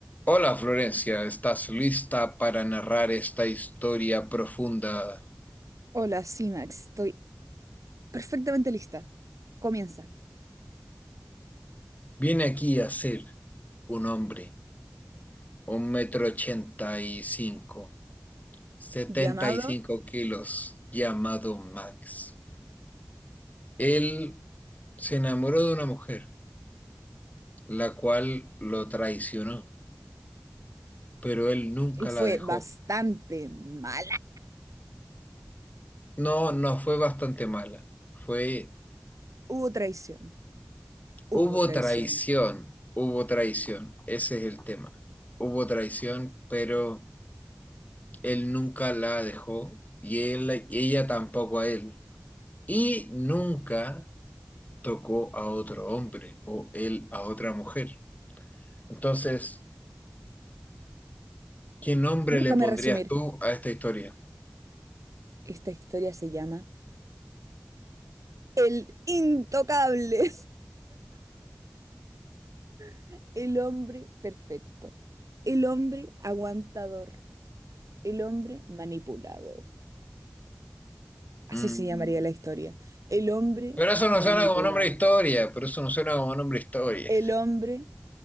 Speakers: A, on the left; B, on the right.
A: Hola Florencia, ¿estás lista para narrar esta historia profunda?
B: Hola, sí, Max, estoy perfectamente lista. Comienza.
A: Viene aquí a ser un hombre, un metro ochenta y cinco, setenta
B: Llamado
A: y cinco kilos, llamado Max. Él se enamoró de una mujer, la cual lo traicionó, pero él nunca
B: y fue
A: la dejó.
B: bastante mala.
A: No, no fue bastante mala, fue...
B: Hubo traición. Hubo
A: Hubo
B: traición.
A: traición, hubo traición, ese es el tema. Hubo traición, pero... él nunca la dejó y él, ella tampoco a él. Y nunca tocó a otro hombre o él a otra mujer. Entonces, ¿qué nombre
B: Déjame
A: le pondrías
B: resumir.
A: tú a esta historia?
B: Esta historia se llama El Intocable, <laughs> el hombre perfecto, el hombre aguantador, el hombre manipulado. Así
A: Mm,
B: se llamaría la historia. El hombre
A: Pero eso no
B: manipulado.
A: suena como nombre de historia, pero eso no suena como nombre de historia.
B: El hombre